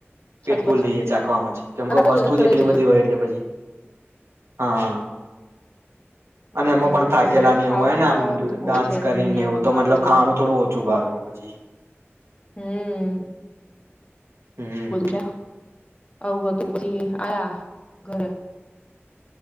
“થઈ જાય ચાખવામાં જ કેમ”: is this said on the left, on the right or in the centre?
Right